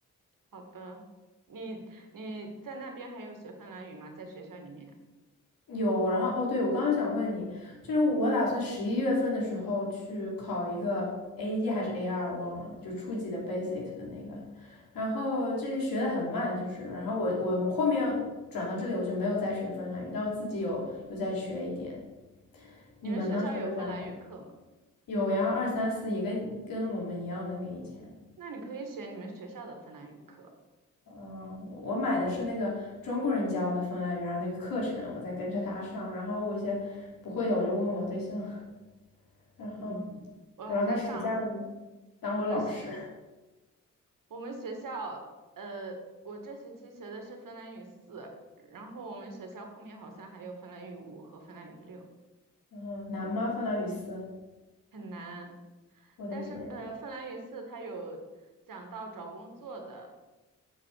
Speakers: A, on the right (about 70°); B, on the left (about 80°).
A: 好的，你你在那边还有学芬兰语吗？在学校里面，
B: 有，然后哦，对，我刚刚想问你，就是我打算十一月份的时候去考一个 A 一还是 A 二，忘了，就初级的 basic 的那个。然后这学的很慢，就是，然后我我后面转到这里，我就没有再学芬兰语，但我自己有有在学一点。
A: 你们学校有芬兰语课吗？
B: 你们呢？学的咋样？有呀，二三四也跟跟我们一样的，跟以前。
A: 那你可以选你们学校的芬兰语课，
B: 嗯，我买的是那个中国人教的芬兰语，然后那个课程我在跟着他上，然后我一些不会的我就问我对象，<laughs> 然后
A: 嗯。我还在上，
B: 我让他暑假里当我老师。
A: 我们学
B: <laughs>
A: 我们学校，呃，我这学期学的是芬兰语四，然后我们学校后面好像还有芬兰语五和芬兰语六，
B: 嗯，难吗？芬兰语四，
A: 很难。
B: 我的天，
A: 但是呃，芬兰语四它有讲到找工作的